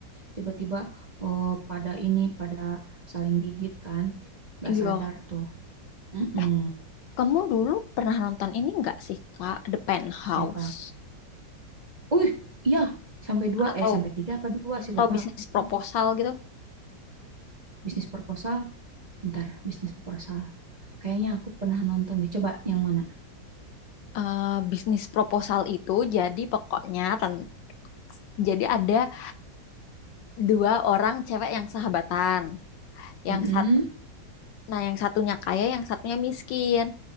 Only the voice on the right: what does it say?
tiba-tiba oh, pada ini pada saling gigit kan. Nggak
sadar tuh. Mm-mm.
Siapa? Uh, iya sampai dua
eh sampai tiga apa dua sih
lupa
aku.
Bisnis proposal. Bentar, bisnis proposal. Kayaknya aku pernah nonton deh. Coba yang mana?
Mm-mm.